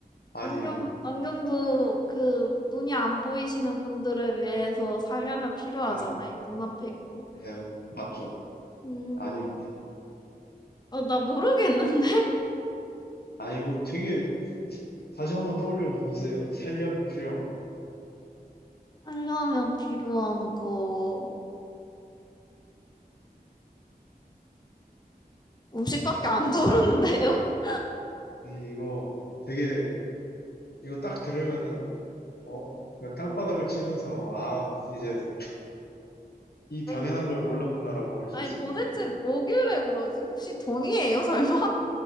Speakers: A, on the left; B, on the left.
A: 아니에요.
B: 안경, 안경도 그 눈이 안 보이시는 분들을 위해서 살려면 필요하잖아요.
A: 네.
B: 눈앞에 있고.
A: 네. 맞죠.
B: 음,
A: 아닙니다.
B: 어, 나 모르겠는데? <laughs>
A: 아, 이거 되게, 다시 한 번 떠올려 보세요. 살려면 필요한 거.
B: 살려면 필요한 거. 음식밖에 안 떠오르는데요? <laughs>
A: 이- 이거 되게 이거 딱 들으면은 어 이거 땅바닥을 치면서 아 이제 이
B: 아니,
A: 당연한 걸 몰랐구나라고 할
B: 아니,
A: 수 있습니다.
B: 도대체 뭐길래 그러지? 혹시 돈이에요, 설마?